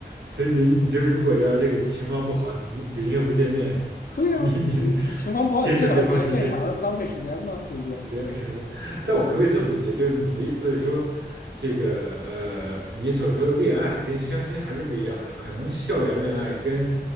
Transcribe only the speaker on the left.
对呀，
你你情况不好，
你见还你还见啥了？不浪费时间吗？对不对？